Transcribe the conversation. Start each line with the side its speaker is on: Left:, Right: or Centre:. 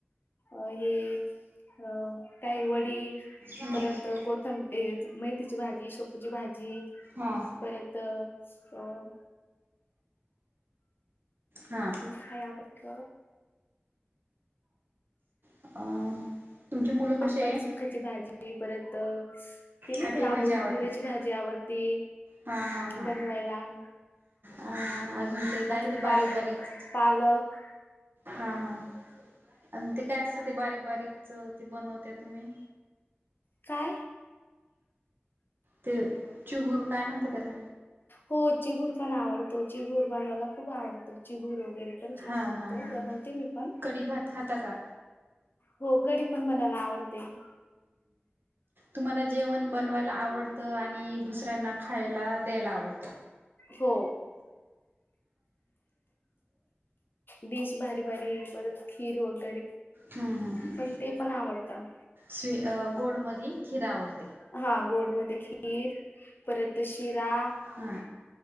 Left: अ हे अ काही वडी
Right: हम्म
Left: परत कोथबीर ये मेथीची भाजी, शेपूची भाजी
Right: हा
Left: परत अ सं अ
Right: हा
Left: अजून काय आवडत?
Right: अ तुमची मुलं कशी
Left: आंबट
Right: आहे?
Left: चूख्याची भाजी परत ती नाही
Right: हाटीव
Left: एक लाान
Right: भाजी आवडते.
Left: कुंद्र्याची भाजी आवडती
Right: हा हा हा.
Left: बनवायला
Right: अ अजून ते काय
Left: अजून
Right: ते
Left: पालक
Right: बारीक बारीक
Left: पालक
Right: हा हा. आणि ते काय असतं ते बारीक बारीकच ते बनवत्या तुम्ही?
Left: काय?
Right: ते चुगूर काय म्हणत्यात त्याला?
Left: हो चिगूर पण आवडतो चिगूर बनवायला खूप आवडतो चिगूर वगैरे छान
Right: हा
Left: लागतो
Right: हा हा.
Left: बनवते मी पण,
Right: कडी भात खाता का?
Left: हो कडी पण बनवते. आवडते.
Right: तुम्हाला जेवण बनवायला आवडत आणि दुसऱ त्यांना खायला द्यायला आवडत.
Left: हो डिश भारी भारी परत खीर वगैरे
Right: हम्म हम् ह्
Left: पण ते पण आवडतं
Right: स् गोड मधी खिर आवडत.
Left: हा गोडमध्ये खीर परत शिरा
Right: हा.